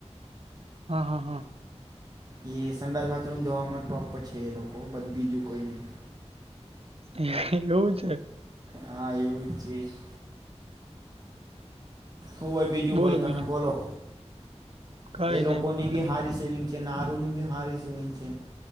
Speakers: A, on the right; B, on the right.
A: હા હા હા.
B: એ સાંડસ બાથરૂમ ધોવામાં ટોપ પર છે એ લોકો બધ બીજું કોઈ નહીં.
A: એવું છે.
B: હા એવું જ છે. હું ભાઈ બીજું
A: બોલો
B: ભાઈ તમે
A: બીજું
B: બોલો.
A: કઈ
B: એ લોકોની
A: નઈ બોલો
B: બી
A: તમે
B: હારી સેવિંગ છે નરુ ની બી હારી સવિંગ છે.